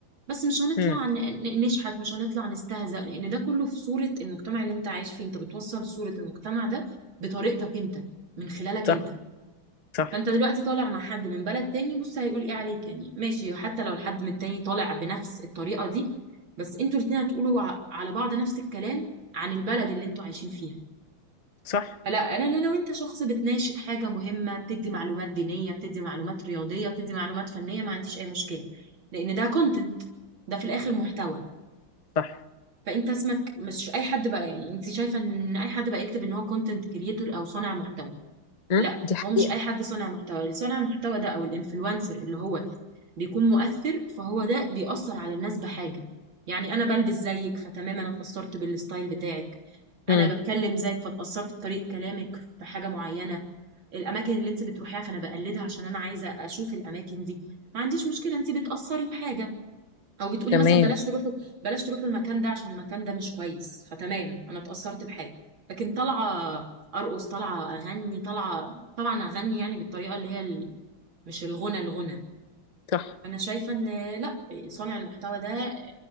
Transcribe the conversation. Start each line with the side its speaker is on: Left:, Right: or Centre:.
Right: بس مش هنطلع
Left: امم
Right: ن- ن- نشحت مش هنطلع نستهزأ لان ده كله في صورة المجتمع اللي انت عايش فيه انت بتوصل صورة المجتمع ده بطريقتك انت من خلالك
Left: صح
Right: انت
Left: صح
Right: فانت دلوقتي طالع مع حد من بلد تاني بص هيقول ايه عليك يعني ماشي حتى لو الحد من التاني طالع بنفس الطريقة دي بس انتوا الاتنين هتقولوا ع- على بعض نفس الكلام عن البلد اللي انتوا عايشين فيها
Left: صح
Right: فلا لا لا لو انت شخص بتناشد حاجة مهمة بتدي معلومات دينية بتدي معلومات رياضية بتدي معلومات فنية ما عنديش اي مشكلة لان ده كونتنت ده في الاخر محتوى
Left: صح
Right: فانت اسمك مش اي حد بقى يعني انت شايفة ان اي حد بقى يكتب ان هو كونتنت كريتور او صانع محتوى
Left: امم
Right: لا
Left: دي
Right: هو
Left: حقيقه
Right: مش اي حد صانع محتوى اللي صانع المحتوى ده او الانفلونسر اللي هو بيكون مؤثر فهو ده بيأثر على الناس بحاجة يعني انا بلبس زيك فتمام انا اتأثرت بالستايل بتاعك
Left: امم
Right: انا بتكلم زيك فاتأثرت بطريقة كلامك في حاجة معينة الاماكن اللي انت بتروحيها فانا بقلدها عشان انا عايزة اشوف الاماكن دي ما عنديش مشكلة انت بتأثري بحاجة او بتقولي
Left: تمام
Right: مثلا بلاش تروحوا بلاش تروحوا المكان ده عشان المكان ده مش كويس فتمام انا اتأثرت بحاجه لكن طالعه ارقص طالعه اغني طالعه طبعا اغني يعني بالطريقه اللي هي ال... مش الغنى الغنى
Left: صح
Right: فانا شايفه ان لا صانع المحتوى ده